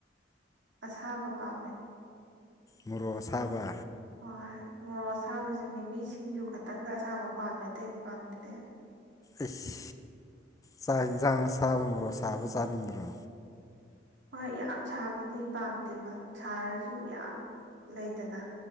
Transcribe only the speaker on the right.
ꯑꯁꯥꯕ ꯄꯥꯝꯃꯦ
ꯍꯣꯏ ꯃꯣꯔꯣꯛ ꯑꯁꯕꯁꯦ ꯃꯤꯃꯤ ꯁꯤꯡ ꯌꯨ ꯈꯤꯇꯪꯗ ꯑꯁꯥꯕ ꯄꯥꯝꯃꯦ ꯑꯇꯩꯗꯤ ꯄꯥꯝꯗꯦ
ꯍꯣꯏ ꯌꯥꯝ ꯁꯥꯕꯗꯤ ꯄꯥꯝꯗꯦꯕ ꯁꯥꯔꯁꯨ ꯌꯥꯝ ꯂꯩꯗꯅ